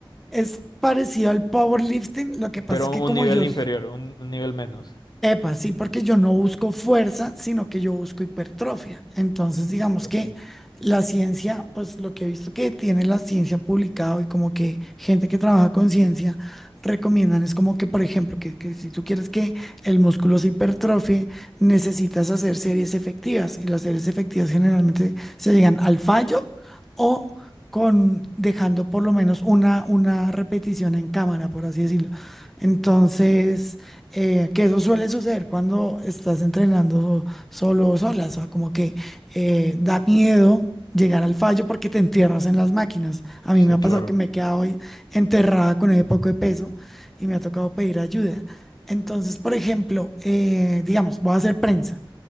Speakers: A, in the centre; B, on the left.
A: Es parecido al powerlifting, lo que pasa
B: pero
A: es que
B: un
A: como
B: nivel
A: yo,
B: inferior,
A: s-
B: un, un nivel menos.
A: epa, sí, porque yo no busco fuerza, sino que yo busco hipertrofia. Entonces, digamos
B: Ok.
A: que la ciencia, pues lo que he visto que tiene la ciencia publicado y como que gente que trabaja con ciencia recomiendan es como que, por ejemplo, que, que si tú quieres que el músculo se hipertrofie, necesitas hacer series efectivas y las series efectivas generalmente se llegan al fallo. o con dejando por lo menos una, una repetición en cámara, por así decirlo. Entonces, eh, que eso suele suceder cuando estás entrenando solo o sola, o sea, como que eh, da miedo llegar al fallo porque te entierras en las máquinas. A
B: Sí,
A: mí me ha
B: claro.
A: pasado que me he quedado hoy enterrada con el poco de peso y me ha tocado pedir ayuda. Entonces, por ejemplo, eh, digamos, voy a hacer prensa.